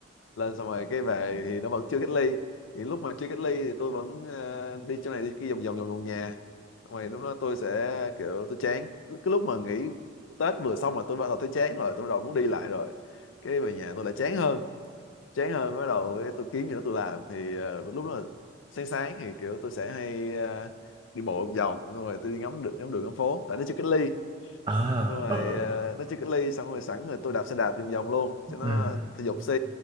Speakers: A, on the left; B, on the right.
A: lên xong rồi cái về thì nó vẫn chưa cách ly thì lúc mà chưa cách ly thì tôi vẫn ờ, đi chỗ này đi kia vòng vòng vòng vòng nhà xong rồi lúc đó tôi sẽ kiểu tôi chán cái lúc mà nghỉ Tết vừa xong là tôi bắt đầu thấy chán rồi tôi bắt đầu muốn đi lại rồi cái về nhà tôi lại chán hơn chán hơn bắt đầu cái tôi kiếm gì đó tôi làm thì ờ, lúc đó là sáng sáng thì kiểu tôi sẽ hay ờ, đi bộ vòng vòng xong rồi tôi đi ngắm được ngắm đường ngắm phố tại nó chưa cách ly
B: à
A: xong rồi
B: ừ
A: ờ, nó chưa cách ly xong rồi sẵn rồi tôi đạp xe đạp vòng vòng luôn cho nó
B: ừ
A: thể dục xí